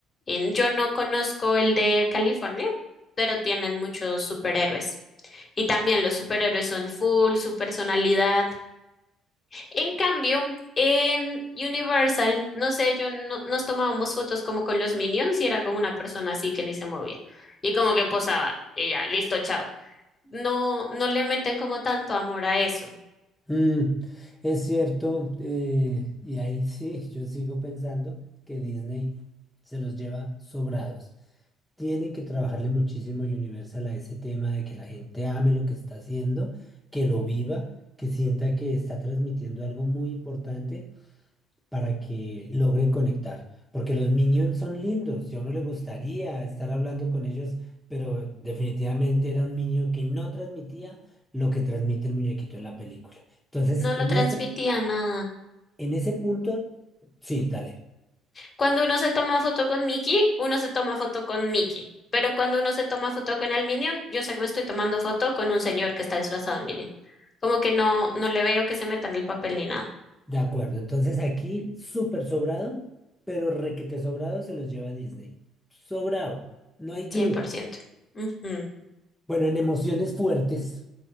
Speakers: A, on the left; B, in the centre.
A: En- yo no conozco el de California, pero tienen muchos superhéroes. Y también los superhéroes son full, su personalidad. En cambio, en Universal, no sé, yo no, nos tomábamos fotos como con los Minions y era como una persona así que ni se movía. Y como que posaba y ya, listo, chao. No, no le meten como tanto amor a eso.
B: Mm, es cierto, eh, y ahí sí, yo sigo pensando que Disney se los lleva sobrados. Tienen que trabajarle muchísimo Universal a ese tema de que la gente ame lo que está haciendo, que lo viva, que sienta que está transmitiendo algo muy importante para que logren conectar. Porque los Minions son lindos y a uno le gustaría estar hablando con ellos, pero definitivamente era un Minion que no transmitía lo que transmite el muñequito en la película. Entonces,
A: No
B: en
A: lo transmitía
B: ese,
A: nada.
B: en ese punto, sí, dale,
A: Cuando uno se toma foto con Mickey, uno se toma foto con Mickey. Pero cuando uno se toma foto con el Minion, yo sé que me estoy tomando foto con un señor que está disfrazado de Minion. Como que no, no le veo que se meta en el papel ni nada.
B: de acuerdo. Entonces aquí, súper sobrado, pero requete sobrado se los lleva Disney. Sobrado, no hay duda.
A: 100%. Ujú.
B: Bueno, en emociones fuertes.